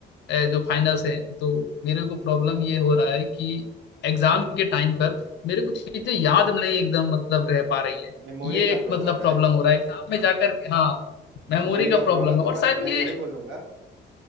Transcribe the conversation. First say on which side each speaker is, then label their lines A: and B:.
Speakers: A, on the left (about 60°); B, on the right (about 80°).
A: अ, जो फाइनल्स हैं तो मेरे को प्रॉब्लम ये हो रहा है कि एग्जाम के टाइम पर मेरे को चीजें याद नहीं एकदम मतलब रह पा रही हैं
B: मेमोरी
A: ये
B: का
A: एक
B: प्रॉब्लम
A: मतलब प्रॉब्लम
B: है
A: हो रहा है एग्जाम में जाकर के हाँ मेमोरी
B: मेमोरी
A: का
B: का
A: प्रॉब्लम
B: प्रॉब्लम तो
A: है और
B: बस
A: शायद
B: मैं
A: ये
B: यही बोलूंगा